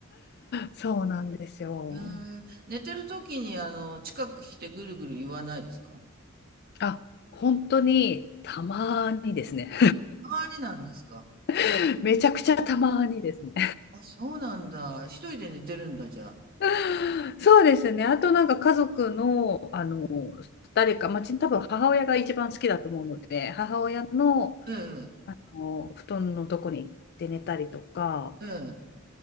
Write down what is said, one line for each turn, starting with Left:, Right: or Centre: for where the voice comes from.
Left: そうなんですよ
Right: ええ。寝てる時に、あの、近く来てぐるぐる言わないですか
Left: あ本当にたまにですね
Right: 周りなんですか
Left: <laughs>
Right: ね。
Left: めちゃくちゃたまにですね
Right: あ、そうなんだ。一人で寝てるんだ、じゃあ。
Left: <laughs> そうですね。あとなんか家族の、あの誰か、まあ、ち多分母親が一番好きだと思うので、母親の
Right: ええ、
Left: あの布団のとこに行って寝たりとか、
Right: ええ。